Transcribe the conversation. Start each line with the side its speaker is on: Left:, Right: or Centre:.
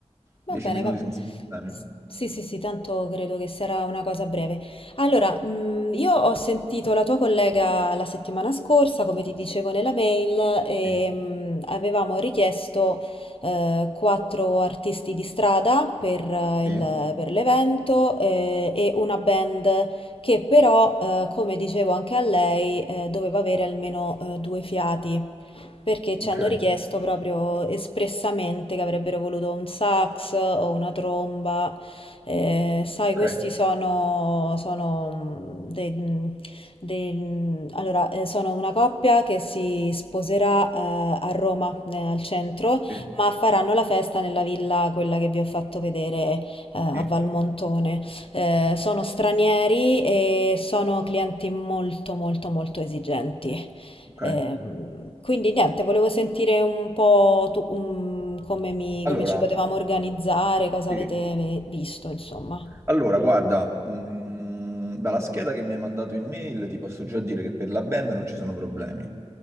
Left: Va
Right: dieci
Left: bene,
Right: minuti
Left: va.
Right: senza problemi.
Left: S- Sì, sì, sì, tanto credo che sarà una cosa breve. Allora, mh, io ho sentito la tua collega la settimana scorsa, come ti dicevo nella mail, e
Right: Sì,
Left: mh, avevamo richiesto eh, quattro artisti di strada per, eh,
Right: sì,
Left: il- per l'evento eh, e una band che però, eh, come dicevo anche a lei, eh, doveva avere almeno eh, due fiati perché ci
Right: ok,
Left: hanno richiesto proprio espressamente che avrebbero voluto un sax o una tromba. Eh, sai, questi
Right: ok,
Left: sono, sono mm, dei, mm, dei- mm, allora, eh, sono una coppia che si sposerà, eh, a Roma, eh, al centro,
Right: sì,
Left: ma faranno la festa nella villa, quella che vi ho fatto vedere, eh, a
Right: sì,
Left: Valmontone. Eh, sono stranieri e sono clienti molto, molto, molto esigenti.
Right: ok.
Left: Ehm, quindi niente, volevo sentire un po' tu, mm, come, mi-
Right: Allora,
Left: come ci potevamo organizzare, cosa
Right: sì.
Left: avete visto, insomma.
Right: Allora, guarda, mm, dalla scheda che mi hai mandato in mail ti posso già dire che per la band non ci sono problemi.